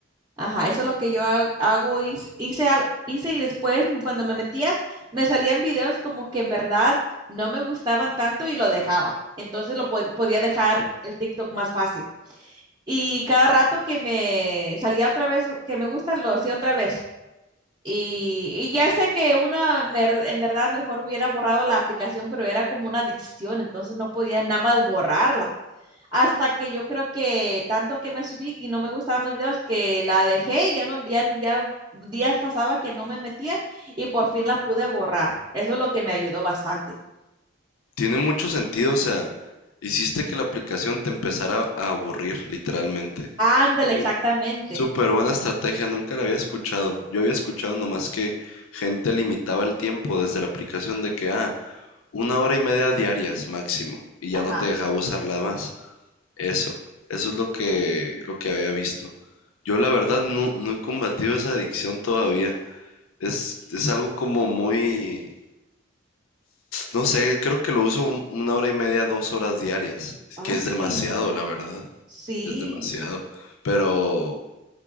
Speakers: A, on the right; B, on the left.
A: Ajá, eso es lo que yo ha- hago, hice, hice, al- hice y después cuando me metía, me salían videos como que en verdad no me gustaban tanto y lo dejaba. Entonces lo pod- podía dejar el TikTok más fácil. Y cada rato que me salía otra vez, que me gusta, lo hacía otra vez. Y, y ya sé que una, mer- en verdad, mejor hubiera borrado la aplicación, pero era como una adicción, entonces no podía nada más borrarla. Hasta que yo creo que tanto que me subí y no me gustaban los videos que la dejé y ya no, ya, ya días pasaba que no me metía y por fin la pude borrar. Eso es lo que me ayudó bastante.
B: Tiene mucho sentido, o sea, hiciste que la aplicación te empezara a aburrir, literalmente.
A: Ándale,
B: Es
A: exactamente.
B: Súper buena estrategia, nunca la había escuchado. Yo había escuchado nomás que gente limitaba el tiempo desde la aplicación de que, ah, una hora y media diarias máximo, y ya
A: Ajá.
B: no te dejaba usarla más. Eso, eso es lo que, lo que había visto. Yo la verdad no, no he combatido esa adicción todavía. Es, es algo como muy, no sé, creo que lo uso un- una hora y media, dos horas diarias,
A: Ah,
B: que es
A: sí.
B: demasiado, la verdad.
A: Sí.
B: Es demasiado. Pero